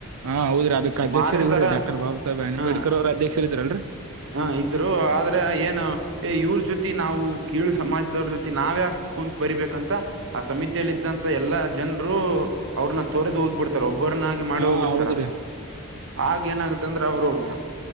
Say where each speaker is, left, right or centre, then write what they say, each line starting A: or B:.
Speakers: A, on the right; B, on the right.
A: ಹಾ, ಹೌದ್ರಿ ಅದಕ್ ಅಧ್ಯಕ್ಷರ
B: ಮಾಡಿರ್ತಾರ
A: ಇವ್ರ ಡಾಕ್ಟರ್ ಬಾಬ ಸಾಹೇಬ್ ಅಂಬೇಡ್ಕರ್
B: ಹ
A: ಅವ್ರ ಅಧ್ಯಕ್ಷರ ಇದ್ರಲ್ರಿ
B: ಹ ಇದ್ರು ಆದ್ರೆ ಏನು ಏ ಇವ್ರ ಜೊತೆ ನಾವು ಕೀಳು ಸಮಾಜದವ್ರ ಜೊ ತೆನಾವ ಯಾಕ ಕುಂತ್ ಬರಿಬೇಕಂತ ಆ ಸಮಿತಿಯಲ್ಲಿ ಇದಿದ್ದಂತ ಎಲ್ಲಾ ಜನರು ಅವ್ರನ್ನ ತೋರೆದು ಹೋಗ್ಬಿಡ್ತಾರೆ. ಒಬ್ಬರನಾಗ ಮಾಡ
A: ಹಾ
B: ಹೋಗ್ಬಿಡ್ತಾರ
A: ಹೌದ್ರಿ
B: ಆಗ ಏನಾಗುತ್ತ ಅಂದ್ರೆ ಅವರು ಒಬ್ಬ